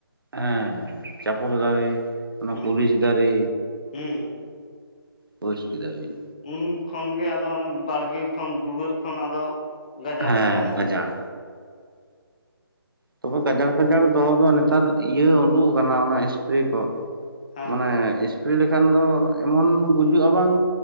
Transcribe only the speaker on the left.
ᱦᱮᱸ
ᱦᱮᱸ
ᱩᱱ ᱠᱷᱚᱱ ᱜᱮ ᱟᱫᱚ ᱚᱱᱟ ᱵᱟᱲᱜᱮ ᱠᱷᱚᱱ ᱫᱩᱣᱟᱹᱨ ᱠᱷᱚᱱ ᱟᱫᱚ ᱜᱟᱡᱟᱲ
ᱪᱟᱵᱟᱭᱮᱱᱟ
ᱦᱮᱸ